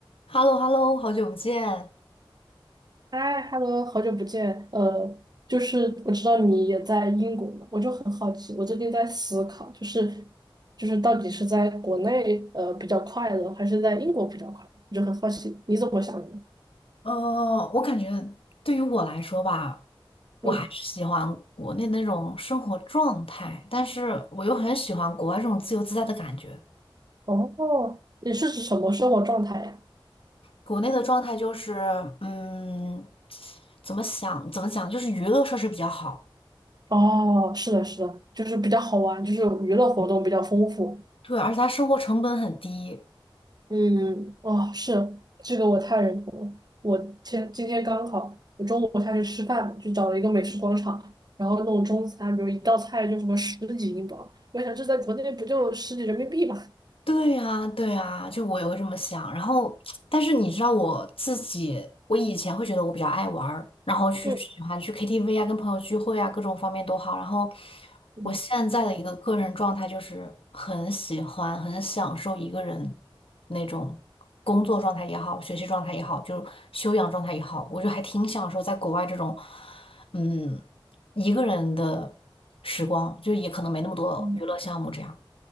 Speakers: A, on the left; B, on the right.
A: h e l l o h e l l o 好久不见。
B: 嗨，Hello，好久不见。呃，就是我知道你也在英国嘛，我就很好奇，我最近在思考，就是就是到底是在国内呃比较快乐，还是在英国比较快乐？我就很好奇你怎么想的呢？
A: 呃，我感觉对于我来说吧，我还是喜欢国内那种生活状态，
B: 嗯，
A: 但是我又很喜欢国外这种自由自在的感觉。
B: 哦，你是指什么生活状态呀？
A: 国内的状态就是，嗯，怎么想怎么讲，就是娱乐设施比较好，
B: 哦，是的，是的，就是比较好玩，就是娱乐活动比较丰富。
A: 对，而且它生活成本很低。
B: 嗯，哦，是这个我太认同了。我前今天刚好，我中午下去吃饭就找了一个美食广场，然后弄中餐，比如一道菜就什么十几英镑，我想这在国内不就十几人民币嘛？
A: 对啊，对啊，就我也会这么想。然后，但是你知道我自己，我以前会觉得我比较爱玩儿，然后去喜欢去
B: 嗯，
A: KTV 啊，跟朋友聚会啊，各种方面都好。然后，
B: <laughs> 是的，
A: 我现在的一个个人状态就是很喜欢、很享受一个人那种工作状态也好，学习状态也好，就修养状态也好，我就还挺享受在国外这种，嗯，一个人的时光，就也可能没那么多娱乐项目这样。
B: 嗯，